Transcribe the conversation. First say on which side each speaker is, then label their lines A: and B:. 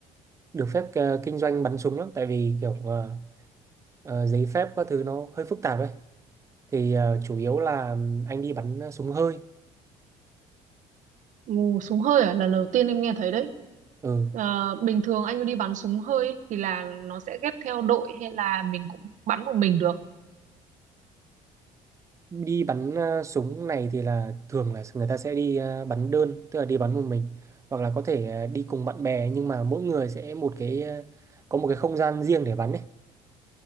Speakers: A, on the right; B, on the right.
A: được phép ờ, kinh doanh bắn súng lắm tại vì kiểu ờ, ờ, giấy phép các thứ nó hơi phức tạp ấy thì ờ, chủ yếu là anh đi bắn ờ, súng hơi
B: Ồ, súng hơi à? Là Lần đầu tiên em nghe thấy đấy.
A: ừ.
B: Ờ, bình thường anh đi bắn súng hơi ấy, thì là nó sẽ ghép theo đội hay là mình cũng bắn một mình được.
A: đi bắn ờ, súng này thì là thường là người ta sẽ đi ờ, bắn đơn tức là đi bắn một mình hoặc là có thể ờ, đi cùng bạn bè nhưng mà mỗi người sẽ một cái ờ, có một cái không gian riêng để bắn ấy